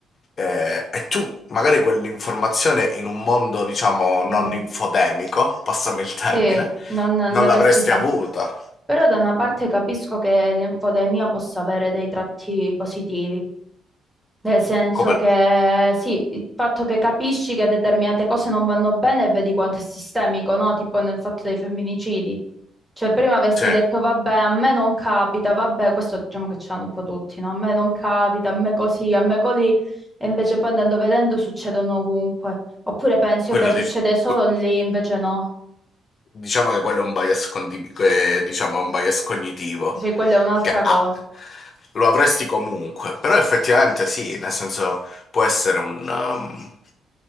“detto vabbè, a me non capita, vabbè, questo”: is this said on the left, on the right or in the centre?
Centre